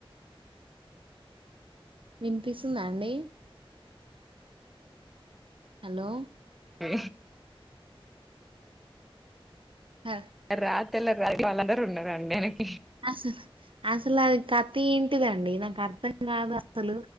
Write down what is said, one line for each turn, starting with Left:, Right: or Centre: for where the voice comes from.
Right: వినిపిస్తుందండి హలో
Centre: ఏ
Right: అ
Centre: రాత్రిళ్ళ రాత్ర వాళ్ళందరుూ ఉన్నారండి ఆయనకి
Right: అసలు అసలు అది కథెంటిదండి నాకు అర్థం కాదస్ అసలు